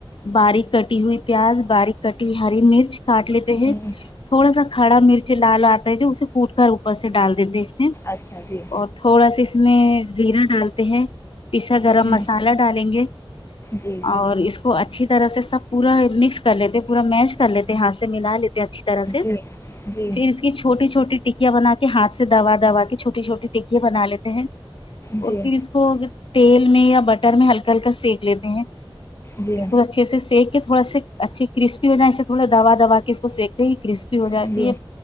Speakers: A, on the left; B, on the left.
A: باریک کٹی ہوئی پیاز باریک کٹی ہوئی ہری مرچ کاٹ لیتے ہیں
B: ہوں،
A: تھوڑا سا کھڑا مرچ لال آتا ہے جو اسے پھوٹ کر اوپر سے ڈال دیتے ہیں اس
B: اچھا جی
A: اور تھوڑا سا اس میں زیرا ڈالتے ہیں پیسا گرم
B: ہوں
A: مسالہ ڈالیں گے
B: جی
A: اور اس کو اچھی طرح سے سب پورا مکس کر لیتے پورا میچ کر لیتے ہاتھ سے ملا لیتے اچھی طرح
B: جی
A: سے
B: جی
A: پھر اس کی چھوٹی چھوٹی ٹکیاں بنا کے ہاتھ سے دبا دبا کے چوٹی چھوٹی ٹکیا بنا لیتے ہیں
B: جی
A: اور پھر اس کو ا تیل میں یا بٹر میں ہلکا ہلکا سیک لیتے ہیں
B: جی
A: اس کو اچھے سے سیک تھوا اچھی کرسپی ہو جائ اسے تھوڑا دوا د دوا کے اس کو سیکتے گ کہ کرسپی ہو جاتی
B: جی
A: یہ